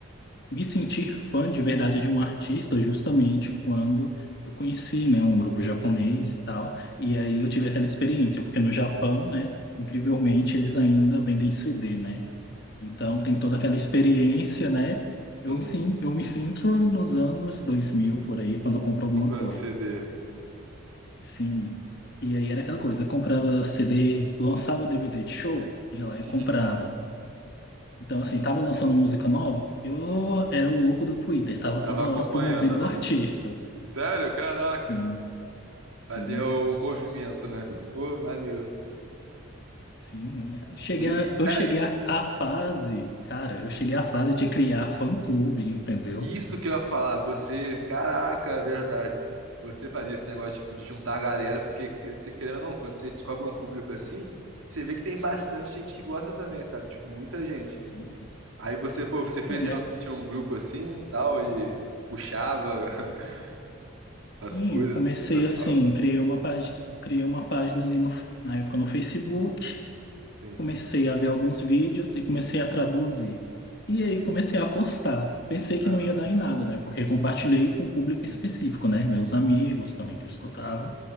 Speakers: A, on the left; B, on the right.
A: me sentir fã de verdade de um artista justamente quando eu conheci, né, um grupo japonês e tal. E aí eu tive aquela experiência, porque no Japão, né, incrivelmente eles ainda vendem CD, né? Então tem toda aquela experiência, né?
B: Sim,
A: Eu me, sin- eu me sinto nos anos 2000 por aí, quando eu compro alguma
B: comprando
A: coisa.
B: CD.
A: Sim. E aí era aquela coisa, eu comprava CD, lançava DVD de show, ia lá e
B: Uhum.
A: comprava. Então, assim, tava lançando música nova, eu era o louco do Twitter, tava
B: Tava
A: toda
B: acompanhando,
A: hora promovendo
B: né?
A: o artista.
B: Sério? Caraca.
A: Sim, sim,
B: Fazia o movimento, né? Pô, maneiro.
A: sim. Cheguei
B: E
A: a- eu
B: aí?
A: cheguei à à fase, cara, eu cheguei à fase de criar fã-clube, entendeu?
B: Isso que eu ia falar, você, caraca, é verdade. Você fazia esse negócio tipo de juntar a galera, porque que- você querendo ou não, quando você descobre um público assim, você vê que tem bastante gente que gosta também, sabe? Tipo, muita gente.
A: Sim.
B: Aí você, pô, você fez
A: Não, e
B: realmente um grupo assim, e tal e puxava <laughs> as
A: assim,
B: coisas
A: eu comecei
B: pro pessoal?
A: assim, criei uma página, criei uma página ali no, na época no Facebook,
B: Sim.
A: Comecei a ver alguns vídeos e comecei a traduzir. E aí comecei a postar. Pensei
B: Caraca.
A: que não ia dar em nada, né? Porque compartilhei com um público
B: Sim.
A: específico, né? Meus amigos também que escutavam.